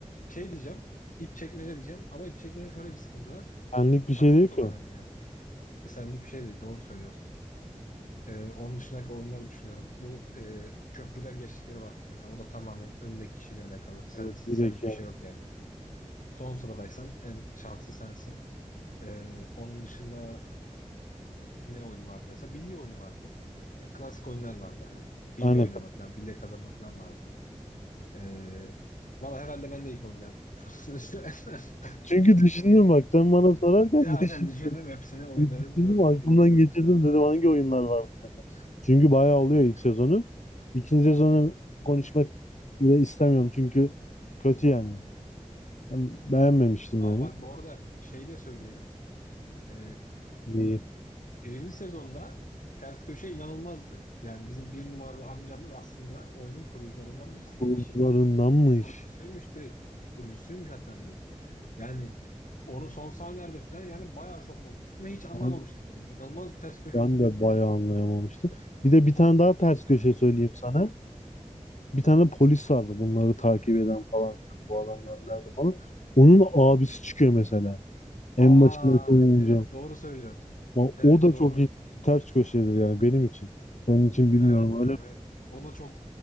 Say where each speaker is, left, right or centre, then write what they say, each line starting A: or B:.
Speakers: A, on the left (about 85°); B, on the left (about 65°).
A: Şey diyeceğim. İp çekmece diyeceğim. Ama ip çekmece şöyle bir sıkıntı var.
B: Senlik bir şey
A: Takım
B: değil
A: çok
B: ki
A: önemli
B: o.
A: yani. Senlik bir şey değil. Doğru söylüyorsun. Ee, onun dışındaki oyunları düşünüyorum. Bu e, köprüden geçtikleri var. Mesela o da tamamen öndeki kişiyle alakalı. Sen,
B: O
A: senlik
B: direkt yani.
A: bir şey yok yani. Son sıradaysan en şanslı sensin. Ee, onun dışında ne oyun vardı mesela? Bilye oyunu vardı. Ya, klasik oyunlar vardı. Hani bilye
B: Aynen.
A: oynama falan, bilye kazanma falan vardı. Ee, valla herhalde ben de ilk oyun derdim. <laughs>
B: Çünkü düşündüm bak sen bana sorarken
A: Ya
B: <laughs>
A: Aynen
B: düşün,
A: düşündüm hepsine oyunların
B: düşündüm
A: yok
B: aklımdan
A: birinci oyun.
B: geçirdim dedim hangi oyunlar vardı dedim. Çünkü bayağı oluyor ilk sezonu. İkinci sezonu konuşmak bile istemiyorum çünkü kötü yani. Ben beğenmemiştim
A: Aa
B: yani.
A: bak bu arada şey de söyleyelim. Ee,
B: Neyi?
A: birinci sezonda ters köşe inanılmazdı. Yani bizim bir numaralı amcamız aslında oyunun kurucularından birisiymiş.
B: Kurucularındanmış.
A: Kurucusuymuş direkt. Kurucusuymuş hatta direkt. Yani onu son sahnelerde falan yani bayağı şok olmuştum ve hiç anlamamıştık
B: Ben,
A: onu. İnanılmaz bir ters köşe
B: ben
A: olmuştu
B: de bayağı
A: yani.
B: anlayamamıştım. Bir de bir tane daha ters köşe söyleyeyim sana. bir tane polis vardı bunları takip eden falan filan bu adamlar nerede falan. Onun abisi çıkıyor mesela. En
A: Aa
B: başında oynayınca.
A: evet doğru söylüyorum.
B: Ama
A: Evet
B: O da
A: doğru.
B: çok iyi ters köşedir yani benim için. Senin için bilmiyorum.
A: Evet
B: Öyle
A: evet. O da çok